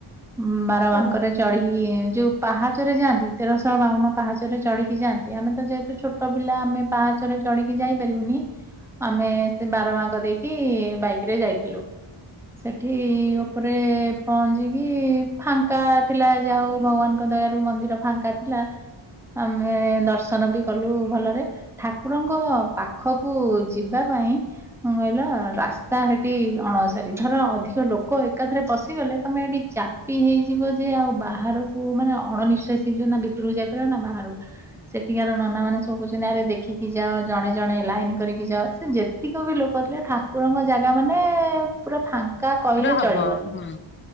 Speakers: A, in the centre; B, on the left.
A: ଉଁ ବା ର
B: ଭିଡ
A: ବାଙ୍କରେ ଚଢ଼ିକି ଯୋଉ ପାହାଚରେ ଯାଆନ୍ତି ତେରଶହ ବାଉନ ପାହାଚରେ ଚଢିକି ଯାଆନ୍ତି। ଏ ଆମେ ତ ଯେହେତୁ ଛୋଟ ପି ତ ଆମେ ପାହାଚରେ ଚଢିକି ଯାଇ ପାରିବୁନି, ଆମେ ସେ ବାର ବାଙ୍କ ଦେଇକି ବାଇ କରେ ଯାଇଥିଲୁ ସେଠି ତାପରେ ପହଞ୍ଚିକି ଫାଙ୍କା ଥିଲା, ଯାହା ହଉ ଭଗବାନଙ୍କ ଦୟାରୁ ମନ୍ଦିର ଫାଙ୍କା ଥିଲା। ଆମେ ଦର୍ଶନ ବି କଲୁ ଭଲରେ। ଠାକୁରଙ୍କ ପାଖ ପାଖକୁ ଯିବା ପାଇଁ କଣ କହିଲ ରାସ୍ ତା ହେଠି ଅଣଓସାରି। ଧର ଅଧିକ ଲୋକ ଏକାଥରେ ପଶିଗଲେ ତମେ ହେଠି ଚାପି ହେଇଯିବ ଯେ ଆଉ ବାହାରକୁ ମାନେ ଅଣନିସ୍ୱଶି ଯଉ ନା ଭିତରକୁ ଯାଇପାରିବ ନା ବାହାରକୁ ସେଠିକାର ନନା ମାନେ କହୁଚନ୍ତି ଆରେ ଦେଖିକି ଯାଅ ଜଣେ ଜଣେ ଲାଇନ୍ କରିକି ଯାଅ। ସେ ଯେତିକ ବି ଲୋକ ଥିଲେ ଠାକୁରଙ୍କ ଜା ଲା ମାନେ ପୁରା ଫା କା କହିଲେ
B: ହବ
A: ଚଳିବନି
B: ହୁଁ